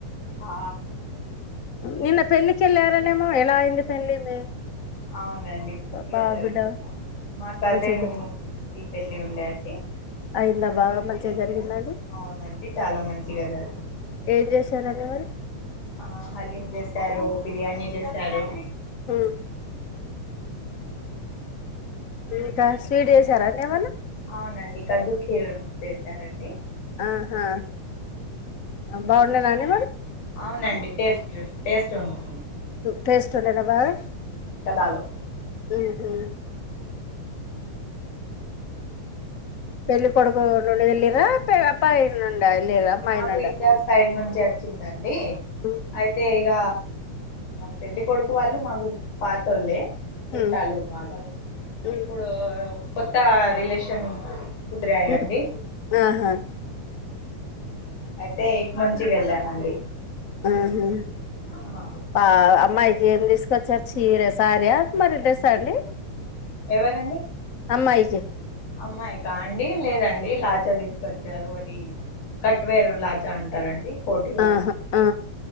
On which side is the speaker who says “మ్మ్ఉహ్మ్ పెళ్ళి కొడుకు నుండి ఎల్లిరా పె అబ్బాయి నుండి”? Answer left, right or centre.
Left